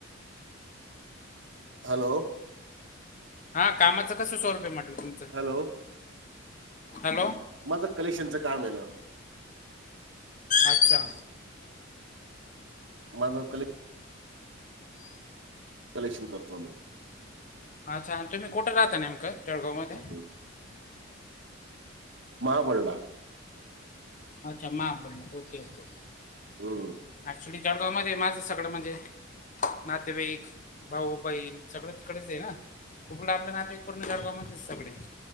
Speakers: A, on the right (about 65°); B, on the left (about 40°).
A: हॅलो
B: हा कामाचं कसं स्वरूप हाय म्हटलं तुमचं
A: हॅलो
B: हॅलो
A: माझं कलेक्शनचं काम हाय ना
B: अच्छा
A: माझं कले कलेक्शन करतो आम्ही
B: अच्छा आणि तुम्ही कुठं राहता नेमकं जळगाव मध्ये
A: हम्म. महाबळला
B: अच्छा महाबळला ओके ओके
A: हू
B: ऍक्च्युली जळगाव मध्ये माझं सगळ म्हणजे नातेवाईक भाऊ बहीण सगळं तिकडेच आहे ना. कुपड <unintelligible> आपल नातेवाईक पूर्ण जळगाव मधलेच सगळे.